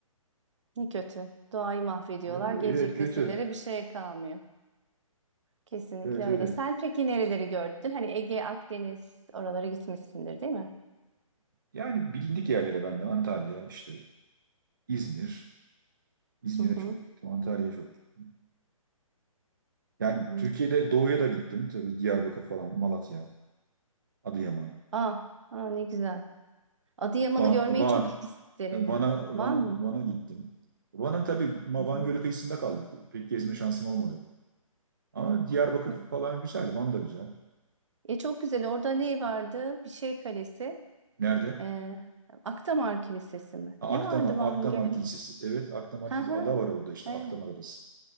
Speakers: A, on the right; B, on the right.
A: ne kötü. Doğayı mahvediyorlar.
B: E,
A: Gelecek
B: Evet kötü.
A: nesillere bir şey kalmıyor. Kesinlikle
B: Evet
A: öyle.
B: öyle.
A: Sen peki nereleri gördün? Hani Ege, Akdeniz oralara gitmişsindir, değil mi?
B: Yani bilindik yerlere ben de Antalya işte İzmir. İzmir'e
A: Hı hı.
B: çok gittim. Antalya'ya çok gittim. Yani
A: Hı hı.
B: Türkiye'de doğuya da gittim. Tabii Diyarbakır falan, Malatya, Adıyaman.
A: Ah, ah ne güzel. Adıyaman'ı
B: Van,
A: görmeyi
B: Van,
A: çok isterim
B: Van'a,
A: ya. Van
B: Van,
A: mı?
B: Van'a gittim. Van'ın tabii Ma-
A: Hı
B: Van
A: hı.
B: Gölü kıyısında kaldık. Pek gezme şansım olmadı. Ama Diyarbakır
A: Hı.
B: falan güzel, Van da güzel.
A: E çok güzel. Orada ne vardı? Bir şey kalesi.
B: Nerede?
A: Ee, Akdamar Kilisesi mi?
B: Ha,
A: Ne
B: Akdamar,
A: vardı Van
B: Akdamar
A: Gölü?
B: Kilisesi. Evet, Akdamar
A: Ha
B: Kilisesi.
A: ha.
B: Ada var orada işte,
A: E,
B: Akdamar Adası.